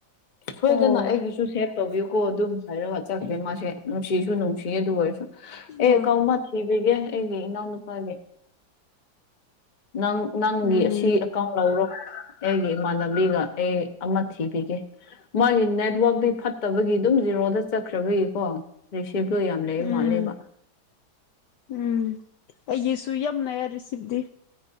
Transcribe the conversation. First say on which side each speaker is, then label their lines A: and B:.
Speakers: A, on the left; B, on the left.
A: ꯁꯣꯏꯗꯅ
B: ꯑꯣ
A: ꯑꯩꯒꯤꯁꯨ ꯁꯦꯞ ꯇꯧꯕꯤꯌꯨꯀꯣ ꯑꯗꯨꯝ ꯍꯥꯏꯔꯒ ꯆꯠꯈ꯭ꯔꯦ ꯃꯥꯁꯦ ꯅꯨꯡꯁꯤꯁꯨ ꯅꯨꯡꯁꯤꯌꯦ ꯑꯗꯨ ꯑꯣꯏꯔꯁꯨ
B: ꯎꯝ
A: ꯑꯦ ꯀꯥꯎꯃꯟ ꯊꯤꯕꯤꯒꯦ ꯑꯩꯒꯤ ꯏꯅꯥꯎꯅꯨꯄꯥꯒꯤ ꯅꯪ ꯅꯪꯒꯤ
B: ꯎꯝ
A: ꯑꯁꯤ
B: ꯎꯝ
A: ꯀꯥꯎꯅꯧꯔꯣ ꯑꯩꯒꯤ ꯏꯃꯥꯟꯅꯕꯤꯒ ꯑꯩ ꯑꯃ ꯊꯤꯕꯤꯒꯦ ꯃꯥꯒꯤ ꯅꯦꯠꯋꯔꯥꯛꯇꯤ ꯐꯠꯇꯕꯒꯤ ꯑꯗꯨꯝ ꯖꯦꯔꯣꯗ ꯆꯠꯈ꯭ꯔꯕꯒꯤꯀꯣ ꯔꯤꯁꯤꯞ ꯇꯣ ꯌꯥꯝ ꯂꯩ
B: ꯎꯝ
A: ꯃꯥꯜꯂꯦꯕ
B: ꯎꯝ ꯑꯩꯒꯤꯁꯨ ꯌꯥꯝ ꯂꯩꯌꯦ ꯔꯤꯁꯤꯞꯇꯤ